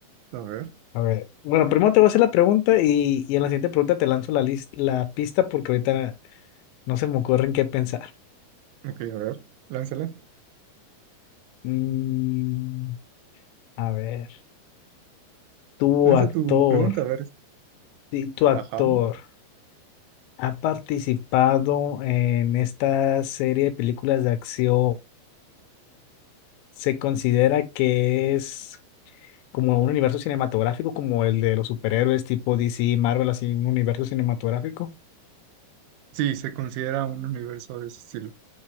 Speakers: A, on the right (about 85°); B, on the left (about 80°).
A: a ver,
B: A ver, bueno, primero te voy a hacer la pregunta y, y en la siguiente pregunta te lanzo la, lis- la pista porque ahorita No se me ocurre en qué pensar.
A: ok, a ver, lánzala.
B: Mm, a ver, tu
A: Lanza
B: actor,
A: tu pregunta, a ver.
B: sí, tu actor
A: Ajá.
B: ha participado en esta serie de películas de acción. ¿Se considera que es como un universo cinematográfico, como el de los superhéroes tipo DC, Marvel, así, un universo cinematográfico?
A: Sí, se considera un universo de ese estilo,